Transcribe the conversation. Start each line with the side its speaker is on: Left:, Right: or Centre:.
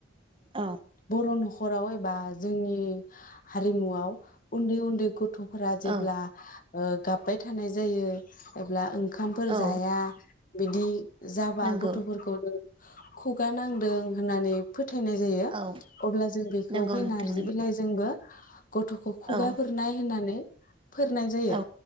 Right: औ
Left: बर' नखराव एबा जोंनि हारिमुआव उन्दै उन्दै बे गथ' फोरा जेब्ला
Right: औ
Left: ओ गाबबाय थानाय जायो अब्ला ओं ओंखामफोर
Right: औ
Left: जाया बिदि जाबा
Right: नंगौ
Left: गथ'फोरखौ खुगा नांदों होननानै फो थायनाय जायो
Right: औ
Left: अब्ला जों बेखौ
Right: नंगौ
Left: बे
Right: नोंथां
Left: नारजि
Right: नंगौ
Left: बिलाइजोंबो <unintelligible> गथ'खौ खुगा
Right: औ
Left: फोरनाय होननानै फोरनाय जायो
Right: औ